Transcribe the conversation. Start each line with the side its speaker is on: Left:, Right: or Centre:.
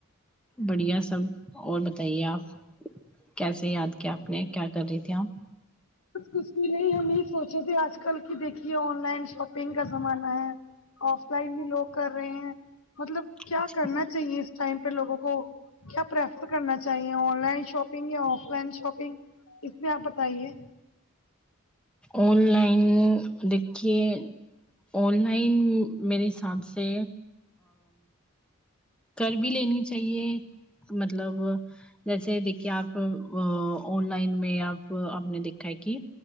Centre: بڑھیا سب اور بتائیے آپ کیسے یاد کیا آپ نے کیا کر رہی تھی آپ
Left: کچھ بھی نہیں ہم یہ سوچے تھے آج کل کی دیکھیے آن لائن شاپنگ کا زمانہ ہے آف لائن بھی لوگ کر رہے ہیں مطلب کیا
Centre: آپ
Left: کرنا چاہیے اس ٹائم پہ لوگوں کو کیا پریفر کرنا چاہیے آن لائن شاپنگ یا آف لائن شاپنگ اس میں آپ بتائیے
Centre: آن لائن دیکھیے آن لائن میرے حساب سے کر بھی لینی چاہیے مطلب جیسے دیکھیے آپ آن لائن میں آپ آپ نے دیکھا ہے کی